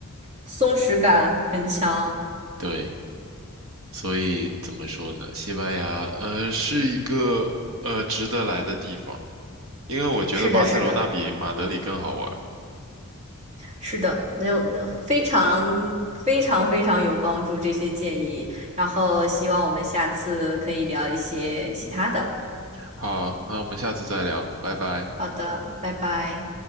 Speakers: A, on the right (about 30°); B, on the right (about 65°).
A: 松弛感很强，
B: 对，所以怎么说呢？西班牙呃是一个呃值得来的地方，因为我觉得巴塞罗那比马德里更好玩儿
A: 是的，是的，是的，能有那非常非常非常有帮助这些建议，然后希望我们下次可以聊一些其他的。
B: 好，那我们下次再聊，拜拜。
A: 好的，拜拜。